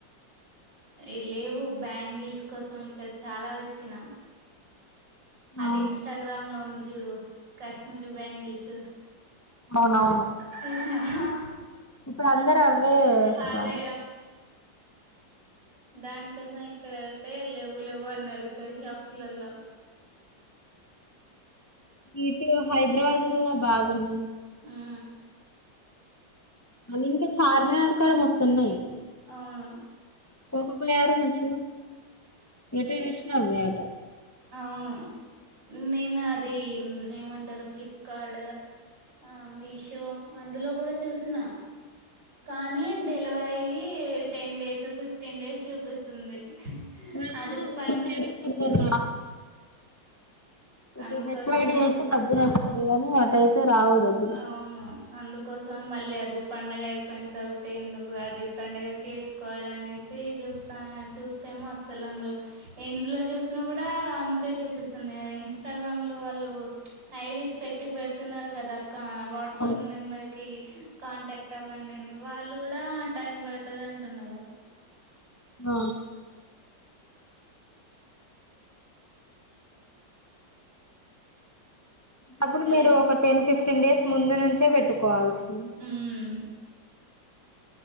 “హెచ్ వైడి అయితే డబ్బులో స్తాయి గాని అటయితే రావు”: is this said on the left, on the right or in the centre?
Left